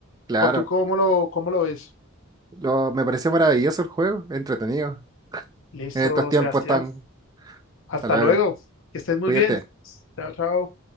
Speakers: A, on the right (about 20°); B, on the left (about 65°).
A: claro.
B: ¿O tú cómo lo, cómo lo ves?
A: Lo, me pareció maravilloso el juego, entretenido.
B: Listo,
A: En estos tiempos
B: Sebastián.
A: tan...
B: Hasta
A: Hasta
B: luego.
A: luego,
B: Que estés muy
A: cuídate.
B: bien. Chao, chao.